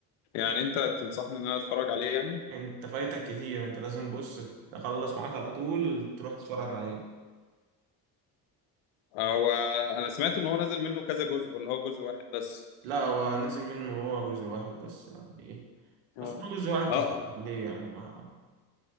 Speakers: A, on the left; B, on the right.
A: يعني انت تنصحني ان انا اتفرج عليه يعني؟
B: انت فايتك كتير انت لازم بص تخلص معاك على طول تروح تتفرج عليه
A: آه، هو انا سمعت ان هو نزل منه كذا جزء ولا هو جزء واحد بس؟
B: لا هو نزل منه هو جزء واحد بس يعني ايه بس
A: آه.
B: هو جزء واحد
A: اه
B: كتير ليه يعني ما